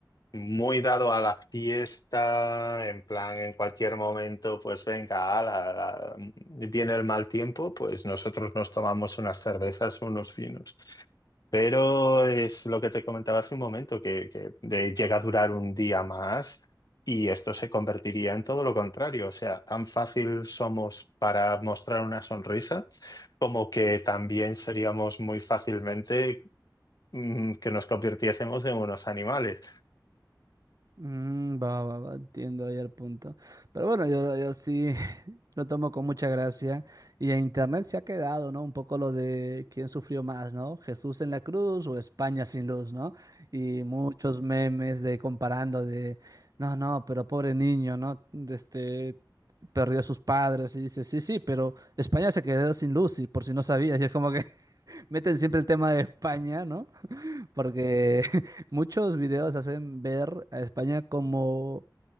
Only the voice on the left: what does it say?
muy dado a la fiesta, en plan, en cualquier momento, pues venga, ala, la- viene el mal tiempo, pues nosotros nos tomamos unas cervezas, unos vinos. Pero es lo que te comentaba hace un momento, que, que de- llega a durar un día más y esto se convertiría en todo lo contrario, o sea, tan fácil somos para mostrar una sonrisa como que también seríamos muy fácilmente mm, que nos convirtiésemos en unos animales.